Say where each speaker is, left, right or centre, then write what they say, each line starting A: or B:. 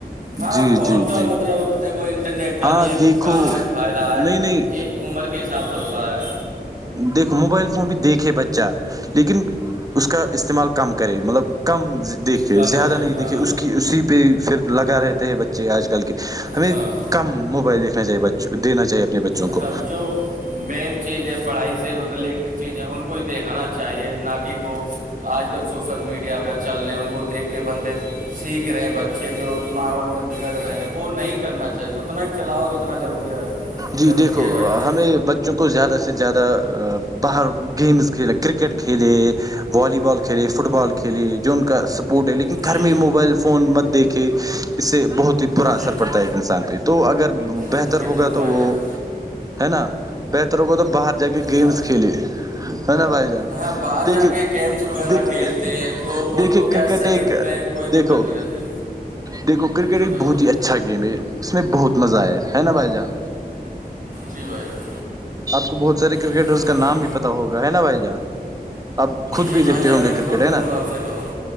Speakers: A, on the right; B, on the right.
A: ہاں
B: جی
A: فون
B: جی
A: کا
B: جی
A: مطلب دیکھو انٹرنیٹ کا
B: ہاں
A: بھی ایک
B: دیکھو
A: کام ہے فائدہ ہے
B: نہیں نہیں
A: یہ عمر کے حساب سے ہوتا ہے
B: دیکھو موبائل فون بھی دیکھے بچہ لیکن اس کا استعمال کم کرے مطلب کم دیکھے
A: کم کریں
B: زیادہ نہیں
A: ہاں
B: دیکھے اس کی اسی پہ پھر لگا رہتے ہیں بچے آج کل کے ہمیں
A: ہاں
B: کم موبائل دیکھنا چاہیے ب دینا چاہیے اپنے بچوں
A: ہاں،
B: کو
A: جو مین چیزیں پڑھائی سے ریلیٹڈ چیزیں ان کو ہی دیکھانا چاہیے نہ کہ وہ آج کل سوسل میڈیا پہ چل رہے ہیں ان کو دیکھ کے بندے سیکھ رہے ہیں بچے جو ماحول میں بگڑ رہے ہیں وہ نہیں کرنا چاہیے اتنا ہی چلاؤ جتنا ضروری ہے
B: جی
A: ضروری
B: دیکھو
A: ہے بھائی جان
B: ہمیں ب چکو زیادہ سے زیادہ باہر گیمز کھیلے کررکٹ کھیلے والی بال ک کھیلے فٹ بال کھیلے جو ان کا سپورٹ ہے لیکن
A: جی
B: گھر میں موبائل فون مت دیکھے اس سے بہت ہی برا
A: جی
B: اثر
A: جی
B: پڑتا ہے ایک انسان پہ تو اگر بہتر
A: جی بالکل
B: ہوگا
A: بھائی
B: تو وہ
A: جان
B: ہے نا بہتر ہوگ تو باہر جا کے گیمز
A: ہاں
B: کھیلے ہے نا بھائی جان
A: ہاں باہر
B: دیکھیے
A: جا کے گیمس وغیرہ
B: دیکھیے
A: کھیلتے ہیں تو ان
B: دیکھیے
A: کو کیا
B: کرکٹ
A: شریر
B: ایک
A: میں کوئی
B: دیکھو
A: دقت نہیں رہتی
B: دیکھو کرکٹ
A: جی
B: ایک
A: بھائی
B: بہت
A: جان
B: ہی اچھا گیم ہے اس میں بہت مزہ آیا ہے نا بھائی جان
A: جی بھائی جان
B: آپ کو بہت سارے کرکٹرس
A: بالکل بالکل
B: کا نام بھی پتا ہوگا ہے نا بھائی جان اب خود
A: جی
B: بھی دیکھتے
A: بھائی جان
B: ہوں گے
A: بالکل
B: کرکٹ
A: بالکل
B: ہے نا
A: آپ صحیح فرما